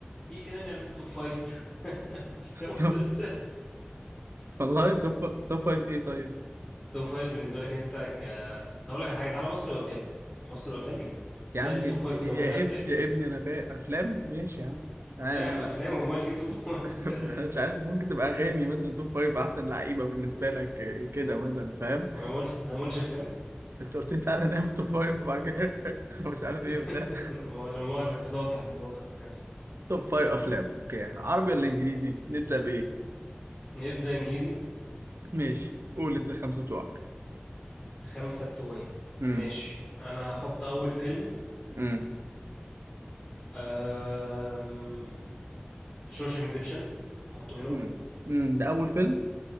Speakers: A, on the left; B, on the right.
A: تيجي كده نعمل توب فايف <laughs>
B: طب- والله توب توب فايف ايه طيب
A: توب فايف بالنسبة لك أنت ك أقول لك على حاجة تعالى مصري وأجنبي مصري وأجنبي
B: يا عم
A: نعمل توب
B: يا
A: فايف
B: يا
A: هنا وهنا أفلام
B: اب يا ابني انا فايق افلام ماشي يا عم تعالى
A: أيوة يا
B: نام
A: عم أفلام أمال إيه توب فايف
B: <laughs>
A: آه،
B: مش عارف ممكن تبقى اغاني مثلا توب فايف احسن لعيبه بالنسبه لك إيه كده مثلا فاهم
A: <laughs> أنا ما قلتش أنا ما قلتش أفلام
B: انت قلت لي تعالى نام توب فايف وبعد كده <laughs> مش عارف ايه
A: <laughs>
B: وبتاع
A: لما لما مؤاخذة كان المفروض أوضح الموضوع ده آسف
B: توب فايف افلام اوكي عربي ولا انجليزي نبدا بايه
A: نبدأ إنجليزي
B: ماشي قول انت الخمسه بتوعك
A: خمسة بتوعي
B: امم
A: ماشي أنا هحط أول فيلم
B: امم
A: أم... شوشنج ريديمشن أحطه منهم
B: امم أمم. ده اول فيلم